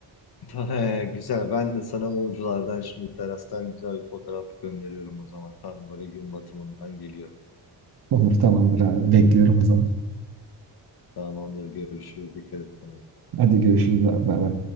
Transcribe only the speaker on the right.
Olur tamamdır abi. Bekliyorum o zaman.
Hadi görüşürüz abi. Bay bay.